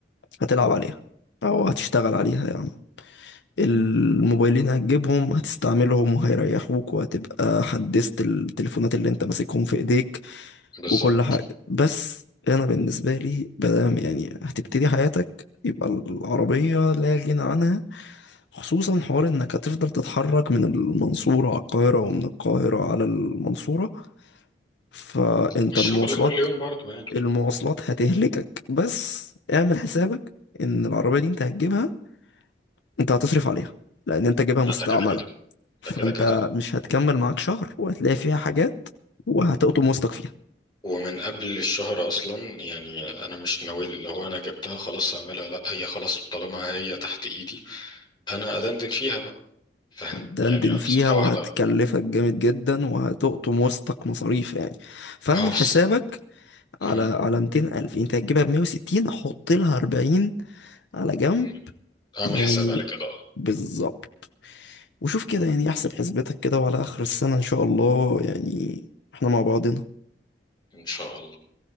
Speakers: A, on the left; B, on the left.
A: هتلعب عليها أو هتشتغل عليها يعني الموبايلين هتجيبهم هتستعملهم وهيريحوك وهتبقى حدثت التليفونات اللي انت ماسكهم في ايديك
B: بالظبط
A: وكل حاجة بس انا بالنسبة لي بدام يعني هتبتدي حياتك يبقى العربية لا غنى عنها خصوصا حوار انك هتفضل تتحرك من المنصورة على القاهرة ومن القاهرة على المنصورة فانت
B: والشغل
A: المواصلات
B: كل يوم برضه يعني
A: المواصلات هتهلكك بس اعمل حسابك ان العربية دي انت هتجيبها انت هتصرف عليها لان انت جايبها مستعملة
B: ده كده كده ده
A: فانت
B: كده كده
A: مش هتكمل معاك شهر وهتلاقي فيها حاجات وهتقطم وسطك فيها
B: ومن قبل الشهر أصلا يعني أنا مش ناوي اللي هو أنا جبتها خلاص هعملها لأ هي خلاص طالما هي تحت إيدي أنا أدندن فيها بقى فاهم
A: هتدندن
B: يعني أمسكها
A: فيها وهتكلفك
B: واحدة
A: جامد جدا وهتقطم وسطك مصاريف يعني فاعمل
B: ما هو بس-
A: حسابك على
B: مم،
A: على 200 ألف انت هتجيبها ب 160 حط لها 40 على جنب
B: مم، أعمل
A: يعني
B: حساب على كده أه
A: بالظبط وشوف كده يعني احسب حسبتك كده وعلى آخر السنة إن شاء الله يعني احنا مع بعضنا
B: إن شاء الله